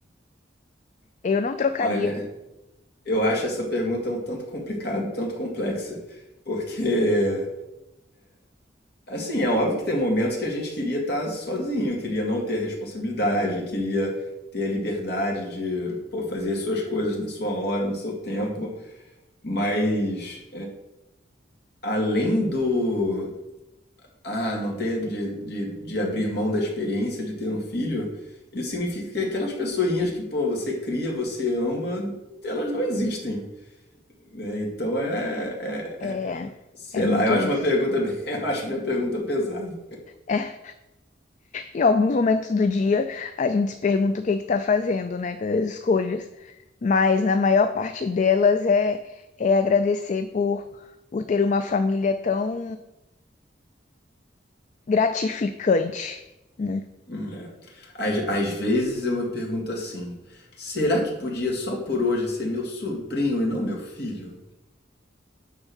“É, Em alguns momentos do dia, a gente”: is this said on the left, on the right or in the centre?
Left